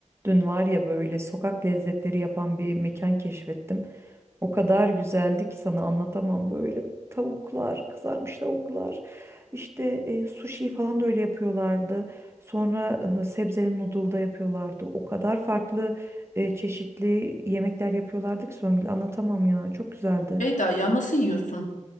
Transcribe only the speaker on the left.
Beyda ya nasıl yiyorsun